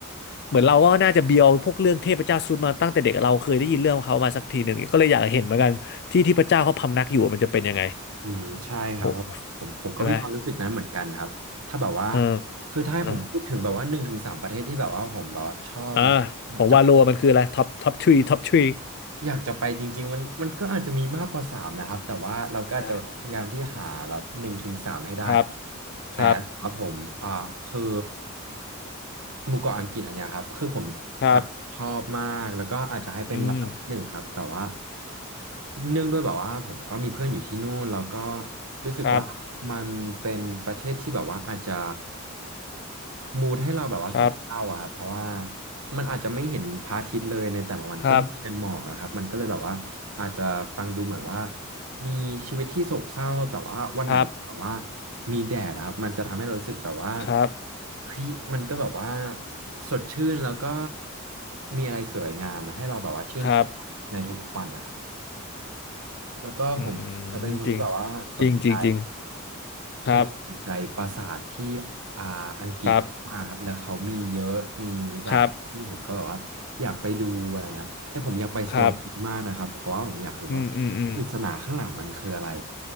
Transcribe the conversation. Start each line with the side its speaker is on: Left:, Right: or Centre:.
Left: เหมือนเราก็น่าจะเบียวพวกเรื่องเทพเจ้าซุดมาตั้งแต่เด็กเราเคยได้ยินเรื่องของเขามาสักทีหนึ่งก็เลยอยากเห็นเหมือนกันที่ที่พระเจ้าเขาพำนักอยู่มันจะเป็นยังไง
Right: อืมใช่ครับเพราะผมผมก็มีความรู้สึกนั้นเหมือนกันครับถ้าแบบว่า
Left: โอ้ใช่ไหมเออ
Right: คือถ้าให้ผมพูดถึงแบบว่าหนึ่งถึงสามประเทศที่แบบว่าผมแบบว่าชอบแล้วอยากจะไป
Left: เอออ่าของวาโลมันคืออะไรท็อปท็อปทรีท็อปทรี
Right: อยากจะไปจริงๆมันมันก็อาจจะมีมากกว่าสามนะครับแต่ว่าเราก็อาจจะแบบพยายามที่หาแบบหนึ่งถึงสามให้ได้ครับ
Left: อ่ะครับ
Right: แต่ครับผมอ่าคือ
Left: ครับ
Right: หมู่เกาะอังกฤษอันเนี้ยครับคือผมแบบชอบมากแล้วก็อาจจะให้เป็นลำดับหนึ่งครับแต่ว่า
Left: ครับอืม
Right: เนื่องด้วยแบบว่าผมก็มีเพื่อนอยู่ที่นู่นแล้วก็รู้สึกว่ามันเป็นประเทศที่แบบว่าอาจจะ
Left: ครับ
Right: มูดให้เราแบบว่าโศกเศร้าอะครับเพราะว่า
Left: ครับ
Right: มันอาจจะไม่เห็นพระอาทิตย์เลยในแต่ละวันก็มีแต่หมอกอะครับมันก็เลยแบบว่าอาจจะฟังดูเหมือนว่า
Left: ครับ
Right: มีชีวิตที่โศกเศร้าแต่ว่าวันไหนแบบว่า
Left: ครับ
Right: มีแดดอะครับมันจะทำให้เรารู้สึกแบบว่า
Left: ครับ
Right: เฮ้ยมันก็แบบว่าสดชื่นแล้วก็มีอะไรสวยงามให้เราแบบว่าชื่นชมในทุกๆวันนะครับ
Left: ครับ
Right: แล้วก็ผมจะเป็นคนที่แบบว่าสนใจ
Left: อืมจริงจริงจริงจริง
Right: เคยสนใจปราสาทที่
Left: ครับ
Right: อ่าอังกฤษมากครับแล้วเขามีเยอะมีหลายที่ผมก็แบบว่าอยากไปดูอะไรครับแต่ผมอยากไปสโตนฮิลล์มากนะครับเพราะว่าผมอยากรู้ว่า
Left: ครับครับครับอืมอืมอืม
Right: ปริศนาข้างหลังมันคืออะไร